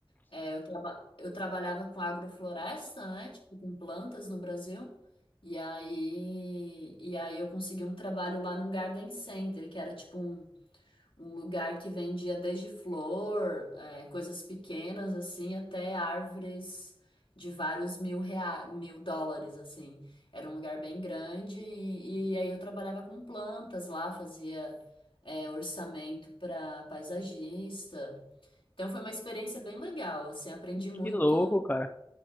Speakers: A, on the left; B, on the left.
A: É, eu, traba- eu trabalhava com agrofloresta, né? Tipo, com plantas no Brasil. E aí, e aí eu consegui um trabalho lá num garden center, que era tipo um, um lugar que vendia desde flor, é, coisas pequenas, assim, até árvores de vários mil rea... mil dólares, assim. Era um lugar bem grande e, e aí eu trabalhava com plantas lá, fazia, é, orçamento para paisagista. Então foi uma experiência bem legal, assim, aprendi muito,
B: Que louco, cara.